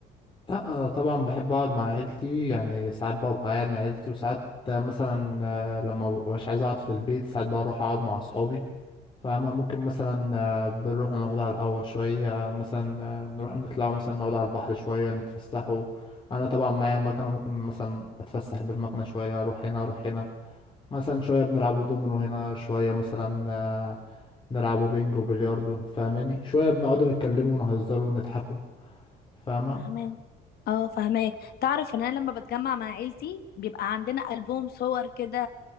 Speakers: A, on the left; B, on the left.
A: لا آه، طبعا بحب اقعد مع عيلتي يعني ساعات ببقى قاعد مع عيلتي وساعات آه، مثلا آه، لما مبقاش عايز اقعد في البيت ساعات بروح اقعد مع اصحابي فاهمة ممكن مثلا آه، بنروح نقعد على القهوة شوية مثلا آه، نروح نطلع مثلا نقعد على البحر شوية نتفسحوا أنا طبعا معايا مكنة ممكن مثلا أتفسح بالمكنة شوية أروح هنا أروح هنا مثلا شوية بنلعبوا دومينو هنا شوية مثلا آه، نلعبوا بينج وبلياردو فاهماني شوية بنقعدوا نتكلموا ونهزروا ونضحكوا فاهمة
B: فاهماك اه فاهماك تعرف ان انا لما بتجمع مع عيلتي بيبقى عندنا ألبوم صور كده